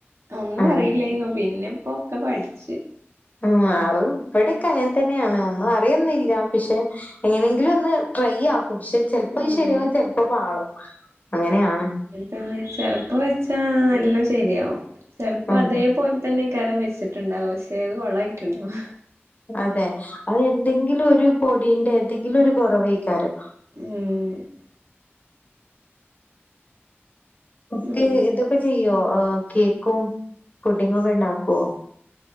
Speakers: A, on the right; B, on the left.
A: ഒന്നും
B: ആഹ്
A: അറിയില്ലായ്ന്നു പിന്നിപ്പോ ഒക്കെ പഠി ച്ച്.
B: ഉം ആവ് ഇവിടൊക്കെ അങ്ങനെ തന്നെയാണ് ഒന്നും അറിയൊന്നില്ല പക്ഷെ. എങ്ങനെയെങ്കിലും ഒന്ന് ട്രൈ ആക്കും പക്ഷെ ചെലപ്പത്
A: ആഹ്
B: ശരിയാവും ചെലപ്പൊ പാളും അങ്ങനെ ആണ്.
A: തന്നെ ചെലപ്പോ വെച്ചാ എല്ലാം ശരിയാവും ചെലപ്പോ
B: ഉം.
A: അതേപോലെ തന്നെകാരം വെച്ച ട്ടുണ്ടാവും ക്ഷേ അത് കൊളായിട്ടുണ്ടാവും.
B: അതെ അത് എന്തെങ്കിലും ഒരു പൊടീന്റെ എന്തെങ്കിലും ഒരു കൊറവായിക്കാരം.
A: ഉം
B: കുക്ക്
A: ഉം
B: ഇതൊക്കെ ചെയ്യോ ആഹ് കേക്കും പുഡ്ഡിംഗും ഓക്കെ ഇണ്ടാക്കോ?